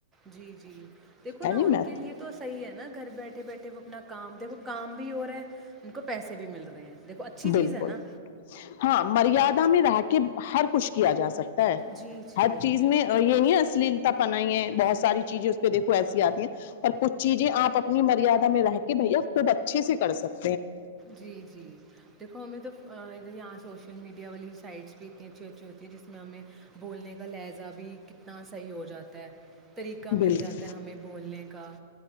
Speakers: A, on the right; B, on the left.
A: جی جی دیکھو نا
B: ہے ن
A: ان
B: میں
A: کے لیے تو صحیح ہے نا گھر بیٹھے بیٹھے وہ اپنا کام دیکھو <inaudible> کام بھی ہو رہا ہے ان کو پیسے بھی مل رہے ہیں <inaudible> چیز
B: بالکل
A: ہے نا
B: ہاں مریاد <inaudible> میں رہ کے ہر کچھ کیا جا سکتا <inaudible>
A: جی جی
B: ہر چیز میں یہ نہیں ہے اصلی <inaudible> پنائی ہے بہت ساری چیزیں اس پہ دیکھو ایسی آتی ہیں پر کچھ چیزیں آپ اپنی مریادا میں رہ کے بھیا خوب اچھے سے کر سکتے ہیں <inaudible>
A: جی جی <inaudible> دیکو ہمیں تو <inaudible> یہاں سوشل میڈیا <inaudible> والی سائڈ بھی ات اچھی اچھی ہوتی ہے جس <inaudible> ہمیں بولنے کا لہذا <inaudible> بھی کتنا صحیح ہو ج <inaudible> جاتا ہے طریقہ
B: بالکل
A: مل جاتا ہے ہمیں بولنے کا